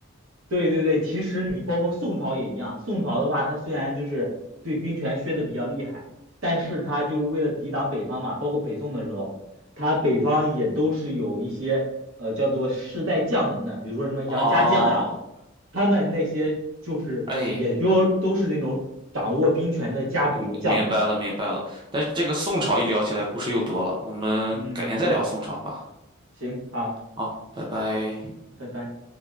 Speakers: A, on the right; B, on the right.
A: 对对对，其实你包括宋朝也一样，宋朝的话，它虽然就是对兵权削的比较厉害，但是它就是为了抵挡北方嘛，包括北宋的时候，它北方也都是有一些呃叫做世代将门的，比如说什么杨家将呀、
B: 哦，
A: 他们那些就是也就都是那种掌握兵权的家族将门。
B: 哎，我明明白了明白了。但是这个宋朝一聊起来，故事又多了，我们改天再聊宋朝吧。
A: 嗯，对，行，好，
B: 好，拜拜。
A: 拜拜。